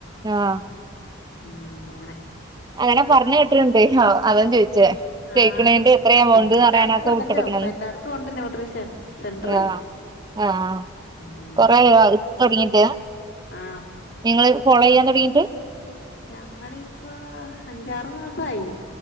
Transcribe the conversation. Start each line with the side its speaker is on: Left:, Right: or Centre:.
Right: ആഹ്
Left: ഉം അങ്ങനെ
Right: അങ്ങനെ പറഞ്ഞ് കേട്ടിട്ടുണ്ട് ഓ അവൻ ചോയിച്ചേ തേക്ക്ണേന്റെ
Left: ആഹ്
Right: എത്ര എമൗണ്ട്ന്ന്
Left: ഇപ്പൊ എല്ലായിടത്തും
Right: അറിയാന അഒക്കെ
Left: ഉണ്ടല്ലോ
Right: വിട്ടൊട്ക്കണംന്ന്
Left: ഇപ്പൊ എല്ലായിടത്തും ഉണ്ട് ന്യൂട്രീഷൻ സെന്ററെ
Right: ആഹ് ആഹ്
Left: ഉം ഉം
Right: കൊറേ ആയി തുടങ്ങിട്ട്
Left: ആഹ്
Right: നിങ്ങള് ഫോളോയ്യാൻ തൊടങ്ങിട്ട്
Left: ഞങ്ങളിപ്പോ അഞ്ചാറ് മാസായി